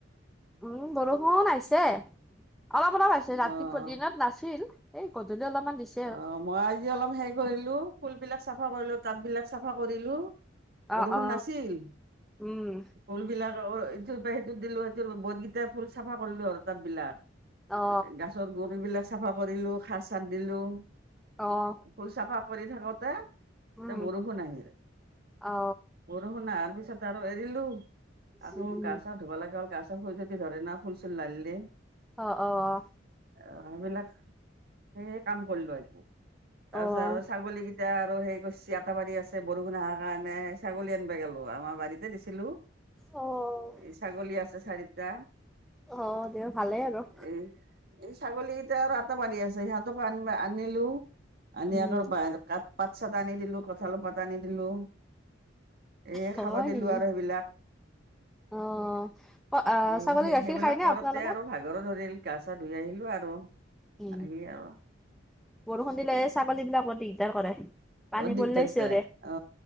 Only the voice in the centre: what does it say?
উম, বৰষুণ আহিছে, অলপ অলপ আহিছে, ৰাতিপুৱা
দিনত নাছিল। এই গধূলি অলপমান দিছ
অ
অ
উম
অ
অ'।
উম
অ
উম
অ অ অ
অ অ
অ',
অ তেওঁ ভালেই আৰু
উম,
হয়
নেকি?
অ অ
ছাগলী গাখীৰ
খায়নে
আপোনালোকে
উ
বৰষুণ দিলে ছাগলী বিলাকে বৰ দিগদাৰ কৰে পানী
পৰিলে চিঞৰে